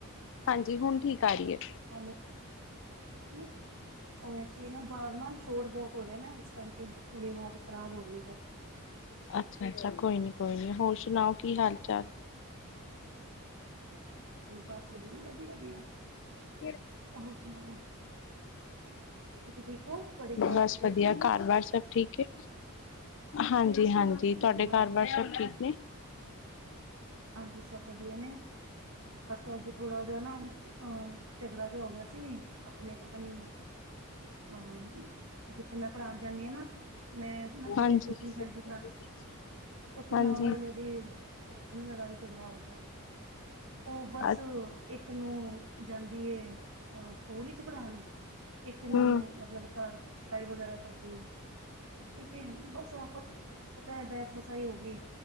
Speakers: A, on the left; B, on the right.
A: ਹਾਂਜੀ, ਹੁਣ ਠੀਕ ਆ ਰਹੀ ਏ।
B: ਹੈਲੋ, ਹੁਣ ਠੀਕ ਆ ਰਹੀ ਏ? ਉਹ ਐਕਚੁਲੀ ਨਾ, ਬਾਹਰ ਨਾ ਸ਼ੋਰ ਬਹੁਤ ਹੋ ਰਿਹਾ ਨਾ। ਇਸ ਕਰਕੇ ਥੋੜ੍ਹੀ ਆਵਾਜ਼ ਖ਼ਰਾਬ ਹੋ ਰਹੀ ਏਧਰ।
A: ਅੱਛਾ-ਅੱਛਾ ਕੋਈ ਨੀ, ਕੋਈ ਨੀ। ਹੋਰ ਸੁਣਾਓ ਕੀ ਹਾਲ-ਚਾਲ?
B: ਹੱਸਦੇ ਵਧੀਆ <unintelligible>
A: <unintelligible>
B: ਹੋਰ ਸੁਣਾਓ ਤੁਸੀਂ ਠੀਕ ਹੋ ਤੁਹਾਡੇ
A: ਬਸ
B: ਘਰ ਸਭ ਠੀਕ
A: ਵਧੀਆ।
B: ਨੇ?
A: ਘਾਰ-ਬਾਰ ਸਬ ਠੀਕ ਏ। ਹਾਂਜੀ-ਹਾਂਜੀ।
B: ਹੂੰ
A: ਤੁਹਾਡੇ
B: ਹਾਂਜੀ
A: ਘਾਰ-ਬਾਰ
B: ਹਾਂਜੀ
A: ਸਭ ਠੀਕ ਨੇ?
B: ਹਾਂਜੀ ਸਬ ਵਧਿਆ ਨੇ। ਬਸ ਅੱਜ ਥੋੜਾ ਜਹਾ ਨਾ ਅ ਝਗੜਾ ਜਯਾ ਹੋ ਗਆ ਸੀ ਅਪਣੇ -ਅਪਨੇ ਹਾਂ ਜਿੱਥੇ ਮੈਂ ਪੜਾਣ ਜਾਂਨੀ ਆ ਨਾ ਮੈਂ ਨਾ ਕਿਤੇ
A: ਹਾਂਜੀ।
B: ਕੋਚਿੰਗ ਸੈਂਟਰ ਪੜਾਂਦੀ ਹ ਉੱਥੇ
A: ਹਾਂਜੀ।
B: ਨਾਲ ਵਾਲਯਾ ਦੀ ਦੀ ਲੜਾਈ ਚਗੜਾ ਹੋ ਗਿਆ। ਉਹ ਬਸ
A: ਅੱ
B: ਇੱਕ ਨੂੰ ਜਾਂ ਦੀ ਏ ਸਕੂਲ ਵਿੱਚ ਪੜਾਣ, ਇੱਕ ਨੂੰ
A: ਹੂੰ। ਹੂੰ।
B: ਮਤਲਬ ਕਰ ਸਾਈ ਵਗੈਰਾ ਕਰਦੀ ੲਗ <unintelligible> ਠੀਕ ਹਨ ਬਸ ਤੁਹਾਨੂੰ ਬਹ ਬਹਸ ਬਸਾਈ ਹੋ ਗਈ